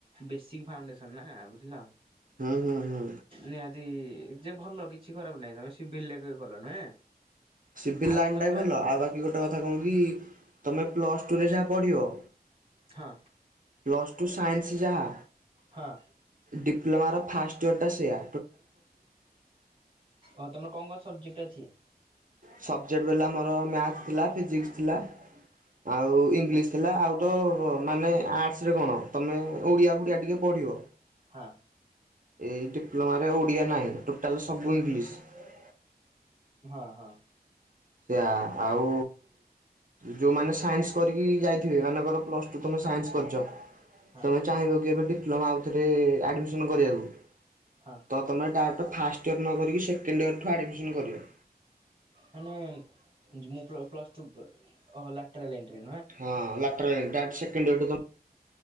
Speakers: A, on the right; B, on the right.
A: ବେଶିକ ଫାଉଣ୍ଡେସ ନା ବୁଝିଲ।
B: ହୁଁ ହୁଁ ହୁଁ।
A: ନିହାତି ଯେ ଭଲ କିଛି ଖରାପ ନାଇଁ ତମେ ସିବିଲ ରେ ବି ଭଲ ନୁହେଁ।
B: ସିଭିଲ୍
A: ଆଉ
B: ଲାଇନ୍
A: କଣ
B: ଟା
A: ବ୍ରାଞ୍ଚ
B: ବି ଭଲ
A: ଥିଲା
B: ଆଉ ବାକି ଗୋଟେ କଥା କଣ କି ତମେ ପ୍ଲସଟୁରେ ଯାହା ପଢ଼ିବ।
A: ହଁ।
B: ପ୍ଲସ୍ ଟୁ ସାଇନ୍ସ ଯାହା
A: ହଁ
B: ଡିପ୍ଲୋମାର ଫାଷ୍ଟ ଇୟର ଟା ସେଆ।
A: ଓ ତମର କଣ କଣ ସବଜେକ୍ଟ ଅଛି?
B: ସବଜେକ୍ଟ ରହିଲା ମୋର ମ୍ୟାଥ ଥିଲା, ଫିଜିକ୍ସ ଥିଲା। ଆଉ ଇଂଲିଶ ଥିଲା ଆଉ ତ ମାନେ ଆର୍ଟସ ରେ କଣ ତମେ ଓଡିଆ ଭୁଡିଆ ଟିକେ ପ ପଡ଼ିବ।
A: ହଁ।
B: ଏଇ ଡିପ୍ଲୋମାରେ ଓଡିଆ ନାହିଁ ଟୋଟାଲ ସବୁ ଇଂଲିଶ।
A: ହଁ ହଁ।
B: ସେଆ ଆଉ ଯୋଉମାନେ ସାଇନ୍ସ କରିକି ଯାଇଥିବେ ମାନେକର ପ୍ଲସଟୁ ତମେ ସାଇନ୍ସ କରିଛ
A: ହଁ
B: ତମେ ଚାହିଁବ କି ଏବେ ଡିପ୍ଲୋମାଆଉ ଥରେ ଆଡ୍ମିଶନ କରିବାକୁ?
A: ହଁ
B: ତ ତମେ ଡାରେକ୍ଟ ଫାଷ୍ଟ ଇୟର ନକରିକି ସେକେଣ୍ଡ ଇୟର ଠୁ ଆଡ଼ମିସନ କରଦିଅ।
A: ମାନେଁ ଜ ମୁ ପ୍ଲ ପ୍ଲସ ଟୁ ପ ଓହୋ ଲାଟେରାଲିଏଣ୍ଟ୍ରି।
B: ହଁ ଲାଟ୍ରେଲ ଦ୍ୟାଟ ସେକଣ୍ଡୟୀରଠୁ ତ